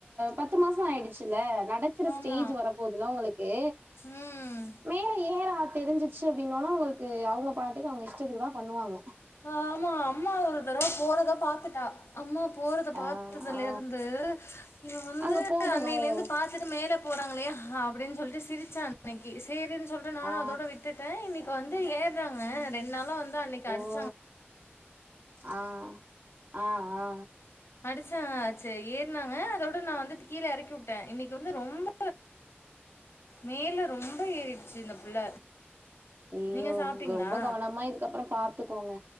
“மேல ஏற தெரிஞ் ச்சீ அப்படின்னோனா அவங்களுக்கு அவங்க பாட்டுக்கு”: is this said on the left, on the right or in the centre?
Right